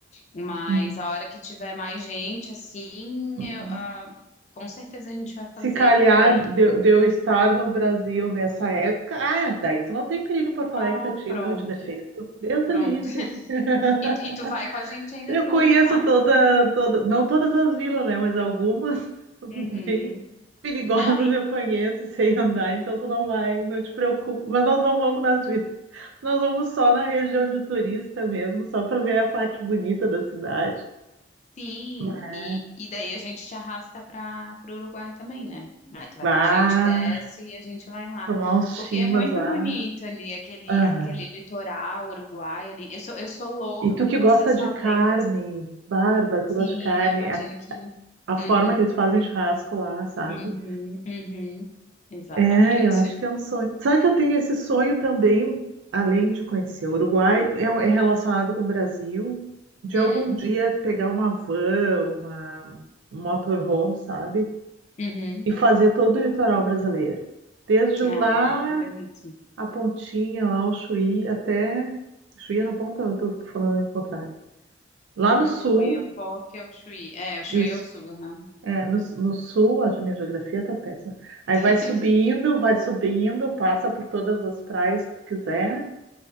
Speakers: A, on the left; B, on the right.
A: Mas
B: uhum,
A: a hora que tiver mais gente, assim,
B: uhum.
A: eu, ah, com certeza a gente vai fazer,
B: Se calhar
A: porque daí.
B: de, de eu estar no Brasil nessa época, ah, daí tu não tem perigo em Porto Alegre
A: Ah,
B: pra ti,
A: pronto,
B: não, eu te defendo. Deus
A: pronto.
B: o livre. <laughs>
A: E, tu- e tu vai com a gente ainda
B: Eu
A: pro
B: conheço
A: Uruguai.
B: toda, toda, não todas as vilas, né, mas algumas <laughs>
A: Uhum.
B: bem perigosas
A: Não, e,
B: eu conheço e sei andar, então tu não vai, não te preocupa. Mas nós não vamos nas vilas. Nós vamos só na região de turista mesmo, só pra ver a parte bonita da cidade.
A: sim,
B: É.
A: e, e daí a gente te arrasta para o Uruguai também, né? Aí tu
B: Bah,
A: vai com a gente, desce e a gente vai lá.
B: tomar uns
A: Porque
B: chimas
A: é muito
B: lá.
A: bonito ali, aquele,
B: Aham.
A: aquele litoral uruguaio ali. Eu sou, eu sou louca
B: E tu
A: para conhecer
B: que gosta
A: as
B: de
A: fazendas.
B: carne, Bárbara, tu
A: Sim,
B: gosta de carne,
A: eu imagino
B: a,
A: que.
B: a forma
A: Uhum,
B: que eles fazem churrasco lá, sabe?
A: uhum, uhum. Exatamente.
B: É, eu acho que
A: <laughs>
B: é um sonho. Sabe que eu tenho esse sonho também, além de conhecer o Uruguai, é, é relacionado com o Brasil, de
A: Hum,
B: algum dia pegar uma van, uma um motorhome, sabe?
A: uhum.
B: e fazer todo o litoral brasileiro. Desde lá,
A: Ai, deve ser belíssimo.
B: a pontinha, lá o Chuí, até. Chuí é na ponta, eu tô, tô falando o contrário. Lá no
A: Do
B: sul,
A: Oiapoque ao Chuí. É, o
B: isso.
A: Chuí é o sul, aham.
B: É, no, no sul, a minha geografia tá péssima. Aí
A: <laughs>
B: vai subindo, vai subindo, passa por todas as praias que tu quiser,